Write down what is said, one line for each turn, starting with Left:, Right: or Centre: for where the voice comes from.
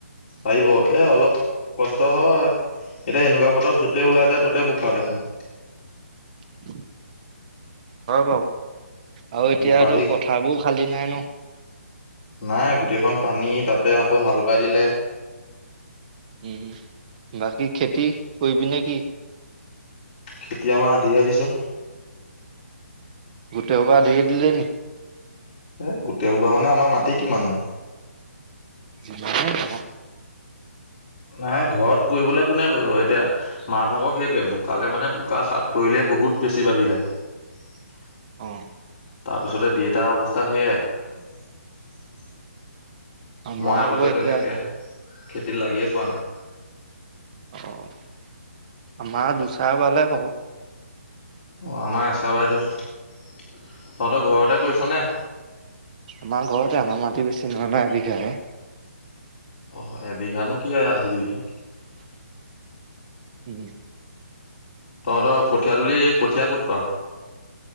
Left: পাৰিব এ অলপ কষ্ট হয় এতিয়া এনেকুৱা বতৰত য'তে ওলাই যায় ত'তে বোকা দেখোন।
Right: হয়। <unintelligible> বাওঁ। আৰু এতিয়াতো
Left: বাঢ়ি
Right: পথাৰবোৰ খালী নাই ন।
Left: নাই গোটেইখন পানী তাতে আকৌ হাল বাজিলে
Right: উম, বাকী খেতি কৰিবি নে কি।
Left: কেতিয় মা আধিহে দিছো।
Right: গোটেই সবা ধেৰি দিলে নি।
Left: এ গোটেই হব। ক মানে আমাৰ মাটি কিমাননো।
Right: <unintelligible>
Left: নাই ঘৰত কৰিবলৈ কোনে কৰিব এতিয়া মা ভাগক সেইটোৱে বোকালে মানে বোকা চাট পৰিলে বহুত বেছি বাঢ়ি যায়।
Right: অহ।
Left: তাৰ পিছতে দি এটা অৱস্থা সেইয়াই।
Right: আমাৰ
Left: মই আগতে
Right: আকৌ এতিয়া
Left: তেনেকে খেতিত লাগিয়ে পোৱা নাই।
Right: অ আমাৰ দুচাৰবালে কওঁ।
Left: অ আমাৰ এচাবাই থৈছো। তহঁতৰ ঘৰতে কৰিছনে।
Right: আমাৰ ঘৰতে আমাৰ মাটি বেছি নহ নাই বিঘাই।
Left: অ এবিঘানো কি আধি দিবি <unintelligible>
Right: উম।
Left: তহঁতৰ কঠিয়া তলি কঠীয়া ক'ত পাওঁ।